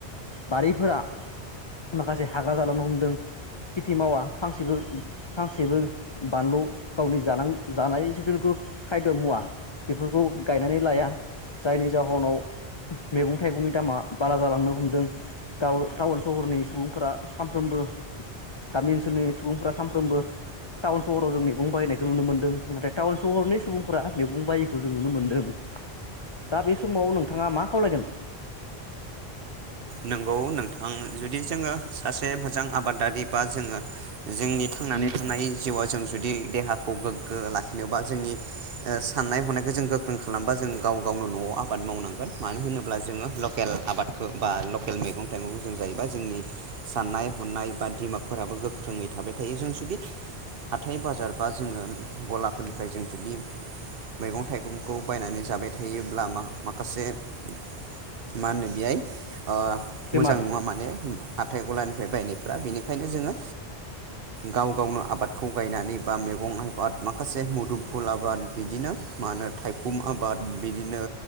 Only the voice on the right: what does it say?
नंगौ नोंथां जुदि जोङो सासे मोजां आबादारि बा जोङो जोंनि थांनानै थानाय जिउआव जों जुदि देहाखौ गोग्गो लाखिनोबा जोंनि साननाय हनायखौ जों गोख्रों खालामबा जों गाव गावनो न'आव आबाद मावनांगोन मानो होनोब्ला जोङो लकेल आबादखौ। बा लकेल मैगं थाइगंखौ जों जायोबा जोंनि साननाय हनाय बा दिमागफोराबो गोख्रोङै थाबाय थायो जों जुदि हाथाइ बाजार बा जोङो गलाफोरनिफ्राय जों जुदि मैगं थाइगंखौ बायनानै जाबाय थायोब्ला मा माखासे मा होनो बेहाय। ओ
मोजां नङा माने। हाथाइ गलानिफ्राय बायनायफ्रा बेनिखायनो जोङो गाव गावनो आबादखौ गायनानै बा मैगं आबाद माखासे मोदुमफुल आबाद बिदिनो मा होनो थायखुम आबाद बिदिनो